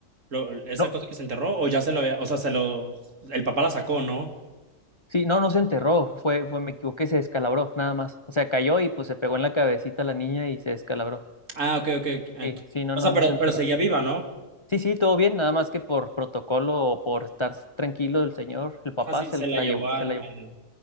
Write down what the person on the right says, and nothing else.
lo- esa
cosa que se enterró, o ya se lo había, o sea, se lo, el papá la sacó, ¿no?
Ah, ok, ok. ok. Ah,
O
sea,
pero,
pero seguía viva, ¿no?
Ajá, sí,
se la
llevó
al,
al...